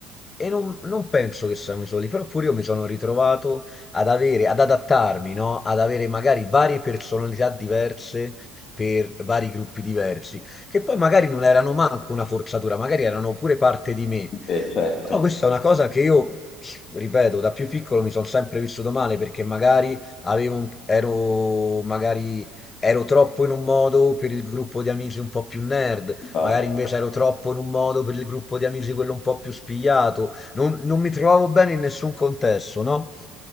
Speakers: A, on the left (about 30°); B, on the left (about 50°).
A: e non, non penso che siamo i soli, però pure io mi sono ritrovato ad avere, ad adattarmi, no? Ad avere magari varie personalità diverse per vari gruppi diversi, che poi magari non erano manco una forzatura, magari erano pure parte di me.
B: Eh, certo,
A: Però questa è una cosa che io, ripeto, da più piccolo mi sono sempre vissuto male perché magari avevo un- ero magari ero troppo in un modo per il gruppo di amici un po' più nerd,
B: esatto.
A: magari invece ero troppo in un modo per il gruppo di amici quello un po' più spigliato. Non, non mi trovavo bene in nessun contesto, no?